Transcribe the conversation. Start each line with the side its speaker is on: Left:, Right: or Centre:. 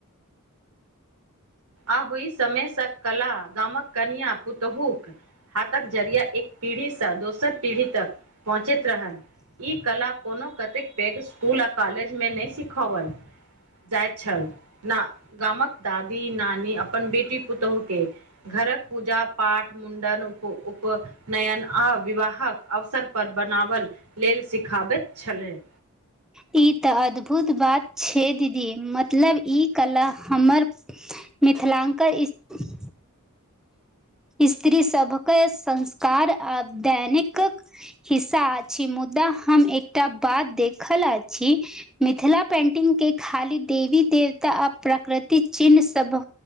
Right: आ होइ समयसँ कला गामक कनिया पुतहुक हाथक जरिया एक पीढ़ीसँ दोसर पीढ़ी तक पहुँचैत रहल ई कला कोनो कतेक पैघ इसकुल आ कॉलेजमे नहि सिखाओल जाइत छल नऽ गामक दादी नानी अपन बेटी पुतहु के घरक पूजा पाठ मुण्डन उप उप नयन आ विवाहक अवसर पर बनाबल लेल सिखाबैत छलय
Centre: ई तऽ अद्भुत बात छै दीदी मतलब ई कला हमर मिथिलांकल इस स्त्री सभके संस्कार आ दैनिकक हिस्सा अछि मुदा हम एकटा बात देखल अछि मिथिला पेंटिंग के खाली देवी देवता आ प्रकृति चिन्ह सब